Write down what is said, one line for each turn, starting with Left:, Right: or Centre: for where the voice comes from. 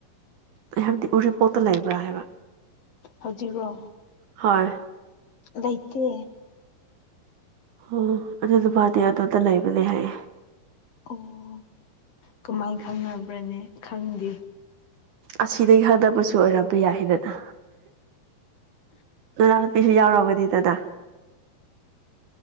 Right: ꯑꯩ ꯍꯥꯏꯕꯗꯤ ꯎꯔꯤꯄꯣꯛꯇ ꯂꯩꯕ꯭ꯔꯥ ꯍꯥꯏꯕ
Left: ꯍꯧꯖꯤꯛꯔꯣ꯫
Right: ꯍꯣꯏ
Left: ꯂꯩꯇꯦ꯫
Right: ꯑꯣ ꯑꯗꯨꯗ ꯃꯥꯗꯤ ꯑꯗꯨꯗ ꯂꯩꯕꯅꯦ ꯍꯥꯏꯌꯦ꯫
Left: ꯑꯣ ꯀꯃꯥꯏ ꯈꯪꯅꯕ꯭ꯔꯅꯦ ꯈꯪꯗꯦ꯫
Right: ꯑꯁꯤꯗꯒꯤ ꯈꯪꯅꯕꯁꯨ ꯑꯣꯏꯔꯝꯕ ꯌꯥꯏꯗꯅ꯫ ꯅꯅꯥꯎꯅꯨꯄꯤꯁꯨ ꯌꯥꯎꯔꯕꯅꯤꯗꯅ꯫